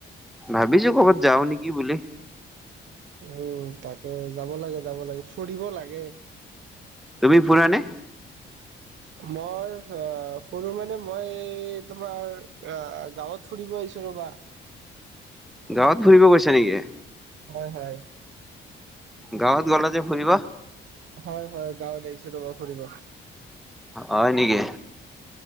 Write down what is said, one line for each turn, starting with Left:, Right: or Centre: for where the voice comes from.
Centre: ভাবিছো কৰ'বাত যাও নেকি বুলি
Right: উ তাকে যাব লাগে যাব লাগে ফুৰিব লাগে
Centre: তুমি ফুৰানে
Right: মই ফৰু মানে মই তোমাৰ অ গাঁৱত ফুৰিব আহিছোঁ ৰ'বা
Centre: গাঁৱত ফুৰিব গৈছে নেকি
Right: অ হয়
Centre: গাঁৱত গলা যে ফুৰিব
Right: হয় হয় গাঁৱত আহিছো ৰবা ফুৰিব
Centre: হয় নেকি